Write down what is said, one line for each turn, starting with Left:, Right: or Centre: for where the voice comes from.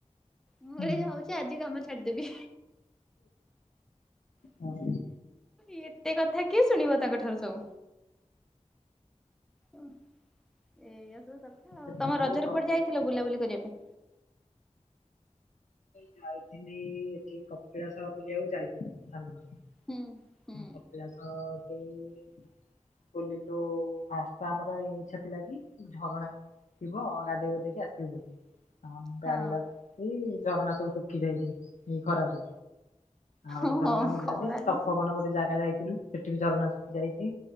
Centre: ମୁଁ
Left: ହୁଁ
Centre: କ ଯାଉଛି ଆଜି କାମ ଛାଡିଦେବି।
Left: ହଁ।
Centre: ଏତେ କଥା କିଏ ଶୁଣିବ ତାଙ୍କ ଠାରୁ ସବୁ ଏୟା ତ ସବୁ କଥା
Left: ସେତେବେଳେ
Centre: ଆଉ। ତମ ରଜରେ
Left: ବ୍ରଡବ୍ୟାଣ୍ଡ
Centre: କୁଆଡେ ଯାଇଥିଲ
Left: ପାଇଁ
Centre: ବୁଲାବୁଲି କରିବା ପାଇଁ?
Left: ଯାଇଥିଲି ଏଠି କପିଳାସ ବୁଲିବାକୁ ଯାଇଥିଲି ସାଙ୍ଗ ସହ।
Centre: ହୁଁ ହୁଁ
Left: ଅଭିଳାସ କେହି ବୁଲିଲୁ ଫାଷ୍ଟ ତ ଆମର ଇଚ୍ଛା ଥିଲା କି ଝରଣା ଥିବ ଗାଧୋଇ ଗୋଧକି ଆସିବୁ ବୋଲି। <unintelligible>
Centre: ହଁ
Left: ଏଇ ଝରଣା ସବୁ ଶୁଖି ଯାଇଛି ଏଇ ଖରାକୁ। ଆଉ
Centre: ଓ
Left: ଝରଣା
Centre: ହଁ
Left: ମିଳିଲାନି
Centre: ଖରା
Left: ସେ
Centre: ଦିନ
Left: ତପୋବନ ଗୋଟେ ଜାଗା ଯାଇଥିଲୁ ସେଠି ବି ଝରଣା ଶୁଖି ଯାଇଛି।